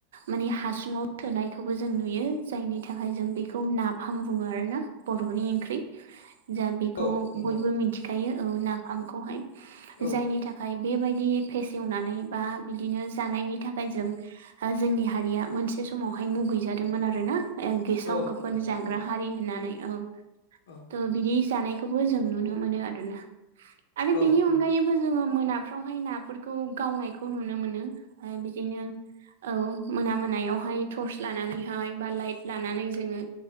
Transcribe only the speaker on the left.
औ नंगौ
औ
औ
नंगौ
नंगौ
औ
औ